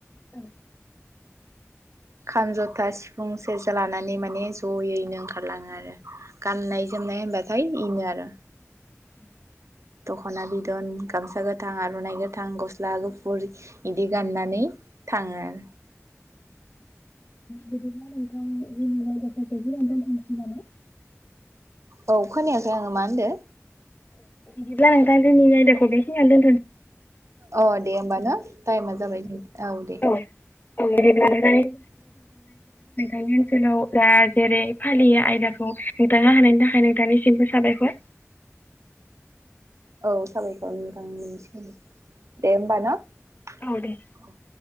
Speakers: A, on the left (about 35°); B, on the right (about 70°).
A: औ
B: खाम जथा सिफुं सेरजा लानानै माने ज'यैनो ओंखारलाङो आरो गाननाय जोमनाय होनबाथाय एनो आरो
A: उम
B: दख'ना बिदन गाम- सा गोथां आर'नानाय गोथां गस्ला गुफुर इदि गाननानै थाङो आरो
A: बिदिब्ला नोंथां जों आयदाफोरखौ गाहायै थांसै नामा
B: औ खोनायाखै आङो मा होनदों
A: बिदिबा दा जोंनि आयदाखौ बेखिनियावनो दोनथ'-
B: अ दे होमब ना टाइमा जाबाय दे
A: <unintelligible> नोंथांनि ओनसोलाव दा जेरै फालियो आयदाखौ नोंथाङा होनानायनि थाखाय नोंथांनिसिमबो साबायखर
B: औ साबायखर नोंथां नोंनिसिम दे होमबा न
A: औ दे